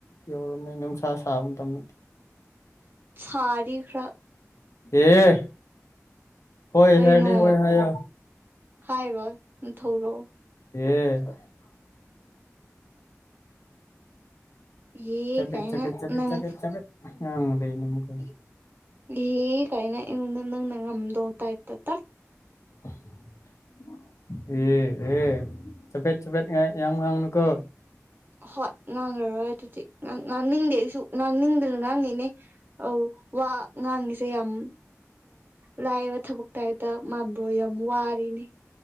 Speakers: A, on the left; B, on the right.
A: ꯌꯧꯔꯕꯝꯃꯦ ꯅꯨꯡꯁꯥ ꯁꯥꯕ ꯃꯇꯝꯗ
B: ꯁꯔ ꯈ <unintelligible>
A: ꯑꯦ ꯍꯣꯏ
B: ꯀꯩꯅꯣ
A: ꯍꯥꯏꯔꯗꯤ ꯍꯣꯏ ꯍꯥꯏꯌ‌ꯦ
B: ꯍꯥꯏꯔꯣꯏ ꯅꯊꯧꯔꫭ
A: ꯑꯦ
B: ꯌꯦ
A: ꯆꯥꯒꯠ
B: ꯀꯥꯏꯅ
A: ꯆꯥꯒꯠ ꯆꯥꯒꯠ
B: ꯅꯪ
A: ꯆꯥꯒꯠ ꯆꯥꯒꯠ ꯉꯥꯡꯉꯥ ꯂꯩꯗꫭ ꯀꯩꯅꫭ
B: ꯑꯦ ꯀꯥꯏꯅ ꯑꯩꯉꫭꯟꯗ ꯅꯪꯅ ꯉꯝꯗꯧ ꯇꯥꯏꯞꯇ ꯇꯠ
A: <unintelligible> ꯑꯦ ꯑꯦ ꯆꯄꯠ ꯆꯄꯗ ꯉ ꯌꯥꯝ ꯉꯥꯡꯒꯅꯨꯀꯣ
B: ꯍꯣꯏ ꯉꯥꯡꯉꯔꯣꯏ ꯑꯗꯨꯗꯤ ꯉꯥꯡꯅꯤꯡꯗꯦ ꯑꯩꯁꯨ ꯉꯥꯡꯅꯤꯡ ꯑꯗꯨꯅ ꯉꯥꯡꯉꯤꯅꯦ ꯑꯧ ꯋꯥ ꯉꯥꯡꯉꯤꯁꯦ ꯌꯥꯝ ꯂꯥꯏꯕ ꯑꯥ ꯊꯕꯛ ꯇ ꯀꯥꯏꯇꯥ <unintelligible> ꯃꯥꯟꯕ꯭ꯔꯣ ꯌꯥꯝ ꯋꯥꯔꯤꯅꯤ